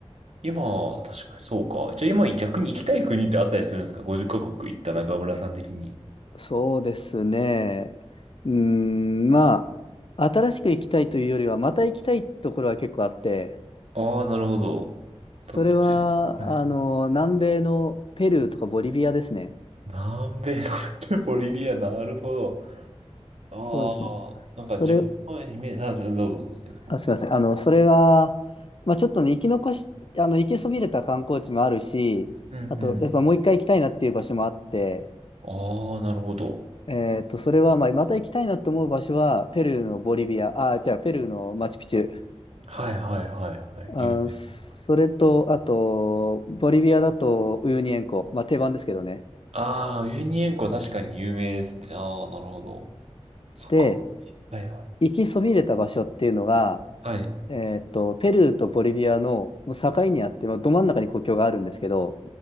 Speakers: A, on the right; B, on the left.
A: 今、確かにそうか。じゃあ今逆に行きたい国ってあったりするんですか ?50 カ国行った中村さん的に。
B: そうですね。うーん、まあ、新しく行きたいというよりは、また行きたいところは結構あって、
A: ああ、なるほど。
B: それは、
A: たはい
B: あの、南米のペルーとかボリビアですね。
A: 南米の <laughs> ボリビア、なるほど。ああ、
B: そうですね。
A: なんか自分のイメージ、
B: それ、
A: あ、どうぞ、どうぞすいません。
B: あ、すみません。あの、それは、まあ、ちょっとね、生き残し、あの、行きそびれた観光地もあるし、
A: うんうん。
B: あと、やっぱもう一回行きたいなっていう場所もあって、
A: ああ、なるほど。
B: えっと、それは、まあ、また行きたいなと思う場所は、ペルーのボリビア、あ、じゃあ、ペルーのマチュピチュ。
A: はいはいはいはい。
B: あ、
A: 有名な。
B: それと、あと、ボリビアだと、ウユニ塩湖。まあ、定番ですけどね。
A: ああ、ウユニ塩湖確かに有名ですね。ああ、なるほど。そっか。
B: で、
A: はいはい。
B: 行きそびれた場所っていうのが、
A: はい。
B: えっと、ペルーとボリビアのもう境にあって、まあ、ど真ん中に国境があるんですけど、